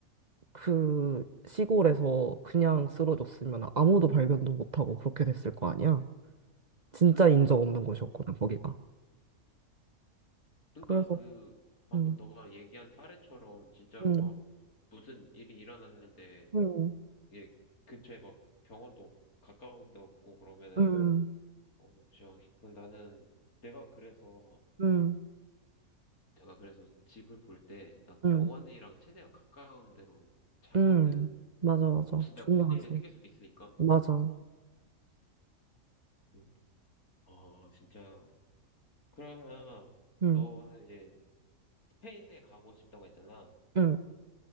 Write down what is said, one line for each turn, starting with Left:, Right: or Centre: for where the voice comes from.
Right: 그 시골에서 그냥 쓰러졌으면 아무도 발견도 못하고 그렇게 됐을 거 아니야? 진짜 인적 없는 곳이었거든,
Left: 어,
Right: 거기가.
Left: 그러니까
Right: 그래서,
Left: 그 방금
Right: 음,
Left: 너가 얘기한 사례처럼 진짜로
Right: 음,
Left: 막 무슨 일이 일어났는데
Right: 음,
Left: 이게 근처에 막 병원도 없- 가까운 데 없고 그러면은
Right: 음,
Left: 어진그 나는 내가 그래서
Right: 음,
Left: 내가 그래서 집을 볼 때 난
Right: 음,
Left: 병원이랑 최대한 가까운 데로 잡거든.
Right: 음. 맞아, 맞아.
Left: 혹시 내가
Right: 중요하지.
Left: 무슨 일이 생길 수도 있으니까.
Right: 맞아.
Left: 음. 아 진짜 그러면
Right: 음,
Left: 너는 이제 스페인에 가고 싶다고 했잖아.
Right: 음,